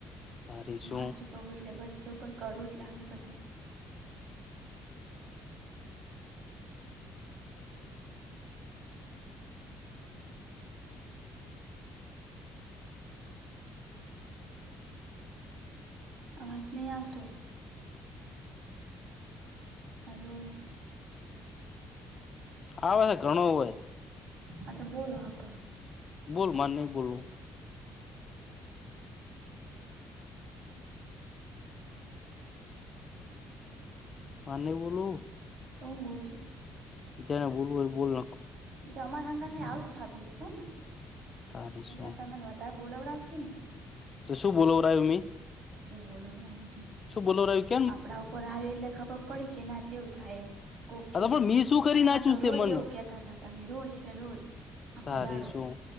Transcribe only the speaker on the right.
હાચુ કવ એટલે બસ જોક કડવું જ લાગે બધાને અવાજ નહી આવતો હાલો.
હતો બોલો હતો હતો
તો હુ બોલશે
તે અમાર હંગાથે આવુ જ થાતુ હતું હોને
એટલે
તમાર વધારે બોલાવ રાવશો ની
જો બોલવ રાયુ
આપડા ઉપર આયુ એટલે ખબર પડી કે ના જેવું થાય એમ કોક
કે
તારે
અમારે
તો
રોજ
એવું કેતાતા તમે રોજ એટલે રોજ આખો
દાડો